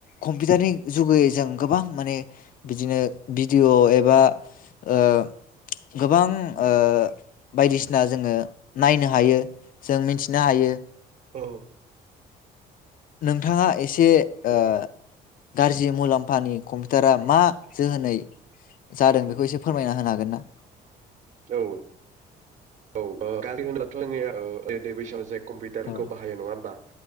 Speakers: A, on the left; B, on the right.
A: कम्पिउटारनि जुगै जों गोबां माने बिदिनो भिडिअ' एबा ओ गोबां ओ बायदिसिना जोङो नायनो हायो जों मिथिनो हायो
B: औ
A: नोंथाङा एसे से
B: औ
A: ओ गारजि मुलाम्फानि कम्पिउटारा मा जोहोनै जादों बेखौ एसे फोरमायना होनो हागोन ना
B: औ औ गलि <unintelligible> औ दे दे बैसान जे कम्पिउटारखौ
A: औ
B: बाहायो नङा होमबा